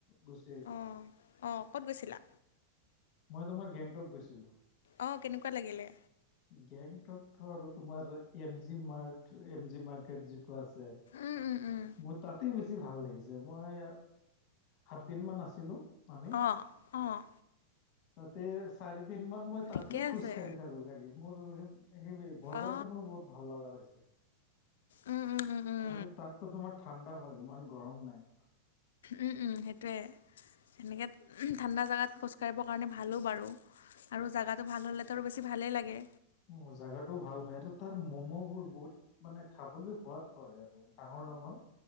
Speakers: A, on the left (about 45°); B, on the left (about 75°).
A: গুচি আহিলো
B: অ অ ক'ত গৈছিলা
A: মই তোমাৰ গেংণ্টক গৈছিলো
B: অ কেনেকুৱা লাগিলে
A: গেংণ্টক ধৰ আৰু তোমাৰ F G mark F G market আছে
B: উম উম উম
A: মোৰ তাতে বেছি ভাল লাগিছে যে মই সাত দিন মান আছিলো আমি
B: অ অ
A: তে চাৰিদিন মান মই তাতেই
B: ঠিকে আছে
A: খোজকাঢ়ি থাকো খালি। মোৰ সেই বজাৰটো
B: অ
A: মোৰ বহুত ভাল লগা হৈছে।
B: উম উম উম উম
A: আৰু তাতো তোমাৰ ঠাণ্ডা হয় ইমান গৰম নাই।
B: উম, উম, সেইটোয়ে। তেনেকৈ ঠাণ্ডা জাগাত খোজকাঢ়িব কাৰণে ভালো বাৰু। আৰু জেগাটো ভাল হ'লেতো আৰু বেছি ভালেই লাগে।
A: উম, জোগাটোও ভাল হয় আৰু তাৰ ম'ম'বোৰ বহুত মানে খাবলৈ সোৱাদ হয় আৰু। উম, ডাঙৰ ডাঙৰ।